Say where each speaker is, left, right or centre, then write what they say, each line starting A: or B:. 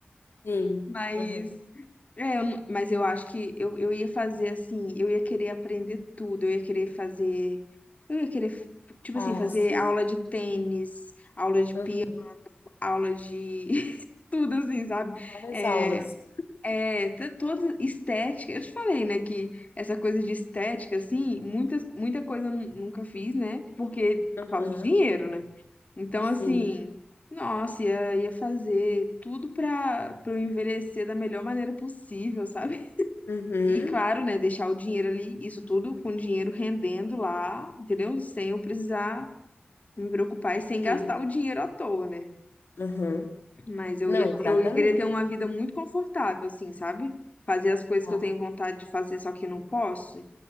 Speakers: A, on the left (about 75°); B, on the left (about 40°).
A: Sim.
B: Mas.
A: Uhum.
B: É, eu não- mas eu acho que eu, eu ia fazer assim. Eu ia querer aprender tudo. Eu ia querer fazer. Eu ia querer, tipo
A: Ah,
B: assim, fazer
A: sim.
B: aula de tênis, aula de
A: Uhum.
B: piano, aula de. <laughs> Tudo assim, sabe?
A: Várias
B: É,
A: aulas.
B: É, t- toda estética. Eu te falei, né, que essa coisa de estética, assim, muitas, muita coisa eu nu- nunca fiz, né? Porque
A: Uhum.
B: por causa de dinheiro, né? Então,
A: Sim.
B: assim, nossa, ia, ia fazer tudo pra, pra eu envelhecer da melhor maneira possível, sabe? <laughs>
A: Uhum.
B: E claro, né, deixar o dinheiro ali, isso tudo com o dinheiro rendendo lá, entendeu? Sem eu precisar me preocupar e sem gastar
A: Sim.
B: o dinheiro à toa, né?
A: Uhum.
B: Mas eu
A: Não,
B: ia,
A: exatamente.
B: eu ia querer ter uma vida muito confortável, assim, sabe? Fazer as coisas
A: Ah,
B: que eu tenho vontade de fazer, só que eu não posso.